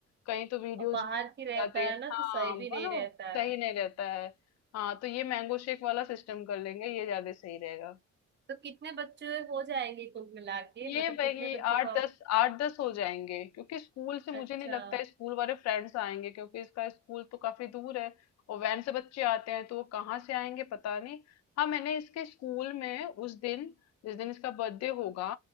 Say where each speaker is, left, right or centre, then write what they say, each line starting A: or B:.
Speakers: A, on the left (about 60°); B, on the right (about 35°).
A: कहीं तो वीडियोज
B: और बाहर की रहता
A: जाते
B: है
A: हैं
B: ना
A: हाँ
B: तो सही भी
A: बोलो
B: नहीं रहता है
A: सही नहीं रहता है हाँ तो ये मैंगो शेक वाला सिस्टम कर लेंगे ये ज्यादा सही रहेगा
B: तो कितने बच्चे हो जाएंगे कुल मिला के
A: ये
B: मतलब
A: भाई
B: कितने बच्चों
A: आठ
B: को
A: दस
B: अब
A: आठ दस हो जाएंगे क्योंकि स्कूल से
B: अच्छा
A: मुझे नहीं लगता है स्कूल वाले फ्रेंड्स आएंगे क्योंकि इसका स्कूल तो काफी दूर है और वैन से बच्चे आते हैं तो वो कहाँ से आएंगे पता नहीं हाँ मैंने इसके स्कूल में उस दिन जिस दिन इसका बर्थडे होगा